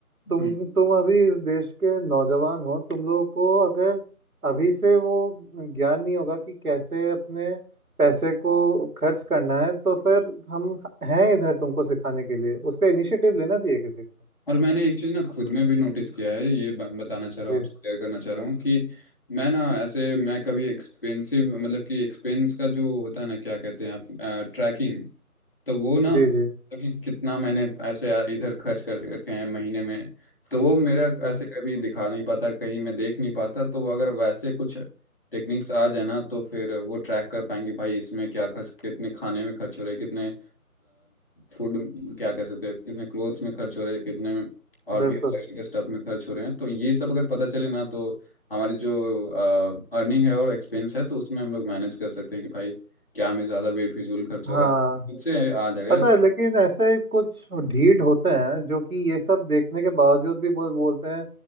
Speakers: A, on the right; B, on the left.
A: तुम
B: क्या
A: तुम अभी इस देश के नौजवान हो तुम लोगों को अगर अभी से वो ज्ञान नहीं होगा कि कैसे अपने पैसे को खर्च करना है तो फिर हम हैं इधर तुमको सिखाने के लिए उसका इनिशिएटिव लेना चाहिए किसी को
B: और मैंने एक चीज़ ना खुद में भी नोटिस किया है ये ब- बताना चाह रहा
A: जी
B: हूँ आपसे क्लियर करना चाह रहा हूँ कि मैं ना ऐसे मैं कभी एक्सपेंसिव मतलब कि एक्सपेंस का जो होता है ना क्या कहते हैं आप ट्रैकिंग तो वो ना
A: जी जी
B: कि कितना मैंने ऐसे इधर खर्च कर रखे हैं महीने में तो वो मेरा
A: हम्म,
B: ऐसे कभी दिखा नहीं पाता कहीं मैं देख नहीं पाता तो वो अगर वैसे कुछ टेक्निक्स आ जाए ना तो फिर वो ट्रैक कर पाएंगे भाई इसमें क्या खर्च कितने खाने में खर्च हो रहे कितने फूड क्या कह सकते हैं कितने क्लोथ्स में खर्च हो रहे कितने में और
A: बिल्कुल
B: भी अलग अलग स्टफ में खर्च हो रहे हैं तो ये सब अगर पता चले ना तो हमारी जो अर्निंग है और एक्सपेंस है तो उसमें हम लोग मैनेज कर सकते हैं कि भाई क्या हमें ज़्यादा बेफिजूल खर्च
A: हाँ
B: हो रहा है खुद से आ जाएगा
A: पता
B: यार
A: है लेकिन ऐसे कुछ ढीठ होते हैं जो कि ये सब देखने के बावजूद भी बोल बोलते हैं